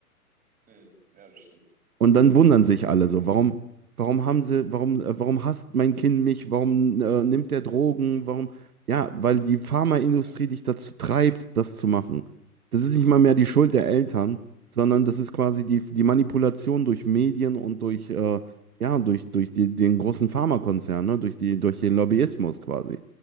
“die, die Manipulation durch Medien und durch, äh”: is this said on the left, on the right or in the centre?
Right